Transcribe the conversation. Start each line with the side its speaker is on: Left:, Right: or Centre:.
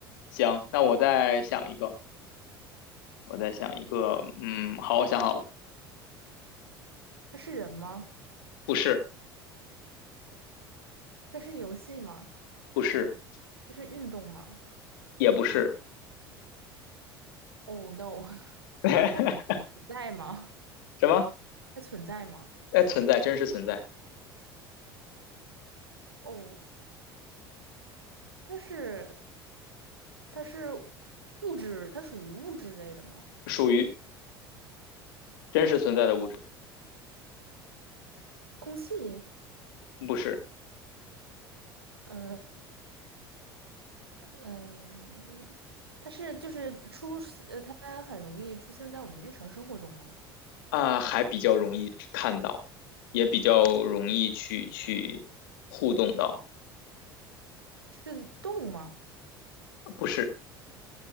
Left: 行，那我再想一个，我再想一个，嗯，好，我想好了，
Right: 他是人吗？
Left: 不是，
Right: 它是游戏吗？
Left: 不是，
Right: 它是运动吗
Left: 也不是，
Right: ？Oh no，<laughs>
Left: <laughs>
Right: 它存在吗？
Left: 什么？
Right: 它存在吗？
Left: 哎，存在，真实存在，
Right: 哦，它是它是物质，它属于物质类的吗？
Left: 属于真实存在的物质，
Right: 空气，
Left: 不是
Right: 呃嗯，它是就是出呃，它很容易出现在我们日常生活中吗？
Left: 啊，还比较容易看到，也比较容易去去互动到，
Right: 是动物吗？
Left: 不是，